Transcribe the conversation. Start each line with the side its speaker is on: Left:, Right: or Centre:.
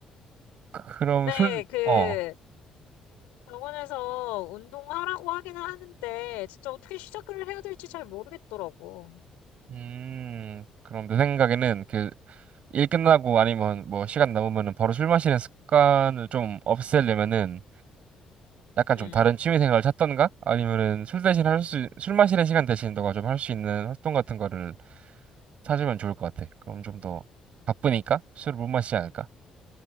Right: 그럼
Left: 근데
Right: 술,
Left: 그,
Right: 어,
Left: 병원에서 운동하라고 하긴 하는데, 진짜 어떻게 시작을 해야 될지 잘 모르겠더라고.
Right: 음, 그럼 내 생각에는 그 일 끝나고 아니면 뭐 시간 남으면은 바로 술 마시는 습관을 좀 없애려면은 약간 좀
Left: 음.
Right: 다른 취미 생활을 찾던가 아니면은 술 대신 할 수, 술 마시는 시간 대신 너가 좀 할 수 있는 활동 같은 거를 찾으면 좋을 것 같아. 그럼 좀 더 바쁘니까 술을 못 마시지 않을까?